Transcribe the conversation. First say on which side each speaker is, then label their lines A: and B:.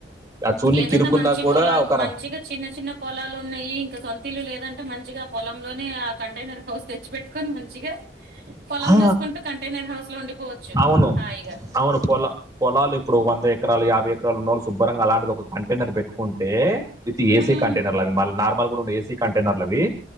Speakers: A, on the right; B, on the right.
A: అది చూడనీకి
B: ఏదన్న
A: ఇరుక్కున్నా
B: మంచి
A: కూడా
B: పొలాలు
A: ఒక
B: మంచిగ
A: ర
B: చిన్న చిన్న పొలాలు ఉన్నాయి ఇంక సొంతీలు లేదంటే మంచిగా ఆ పొలంలోనే ఆ కంటైనర్ హౌస్ తెచ్చి పెట్టుకొని మంచిగ పొలం
A: ఆ!
B: చూసుకుంటూ కంటైనర్ హౌస్లో ఉండిపోవచ్చు
A: అవును.
B: హాయిగా
A: అవును పోల పొలాలు ఇప్పుడు వంద ఎకరాలు యాభై ఎకరాలు ఉన్నోళ్ళు శుభ్రంగా అలాంటిది ఒక కంటైనర్ పెట్టుకుంటే విత్ ఏసీ
B: ఉమ్
A: కంటైనర్లు అవి మళ్ళీ నార్మల్ కూడ ఉండ ఏసీ కంటైనర్లవి